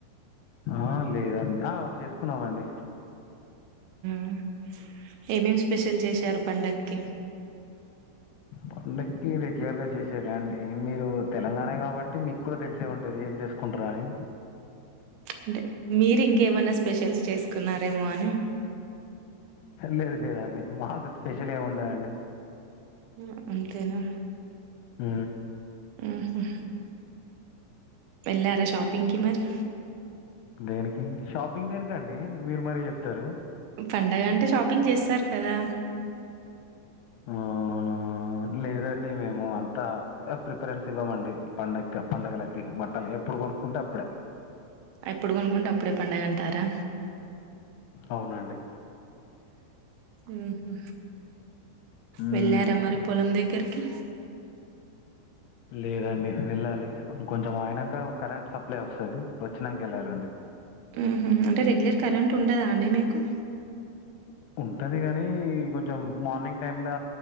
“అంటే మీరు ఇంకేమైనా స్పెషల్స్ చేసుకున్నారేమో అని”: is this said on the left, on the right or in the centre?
Right